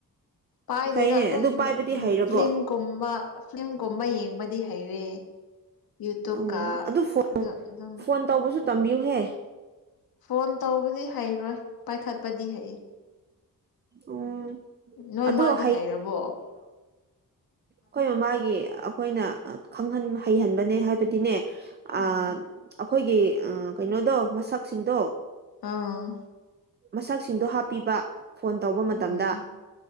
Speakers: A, on the left; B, on the right.
A: ꯄꯥꯏꯗ‌ꯦꯗ
B: ꯐꯩꯅꯦ
A: ꯑꯗꯨꯝ
B: ꯑꯗꯨ ꯄꯥꯏꯕꯗꯤ ꯍꯩꯔꯕꯣ
A: ꯐꯤꯂꯝꯒꯨꯝꯕ ꯐꯤꯂꯝꯒꯨꯝꯕ ꯌꯦꯡꯕꯗꯤ ꯍꯩꯔꯦ ꯌꯨꯇꯨꯕꯀ
B: ꯑꯣ ꯐꯣꯟ
A: ꯑꯗꯨ ꯑꯗꯨꯝ
B: ꯐꯣꯟ ꯇꯧꯕꯁꯨ ꯇꯝꯕꯤꯌꯨꯍꯦ
A: ꯐꯣꯟ ꯇꯧꯕꯗꯤ ꯍꯩꯔꯣꯏ ꯄꯥꯏꯈꯠꯄꯗꯤ ꯍꯩ
B: ꯎꯝ
A: ꯅꯣꯏ
B: ꯑꯗꯣ
A: ꯃꯥꯗꯤ ꯍꯥꯏꯔꯕꯣ
B: ꯈ‌‌ꯣꯏ ꯃꯃꯥꯒꯤ ꯑꯩꯈꯣꯏꯅ ꯈꯪꯍꯟ ꯍꯩꯍꯟꯕꯅꯦ ꯍꯥꯏꯕꯗꯤꯅꯦ
A: ꯎꯝ
B: ꯑ ꯑꯩꯈꯣꯏꯒꯤ ꯑ ꯀꯩꯅꯣꯗꯣ ꯃꯁꯛꯁꯤꯡꯗꯣ
A: ꯑꯥ
B: ꯃꯁꯛꯁꯤꯡꯗꯣ ꯍꯥꯞꯄꯤꯕ ꯐꯣꯟ ꯇꯧꯕ ꯃꯇꯝꯗ
A: ꯎꯝ ꯎꯝ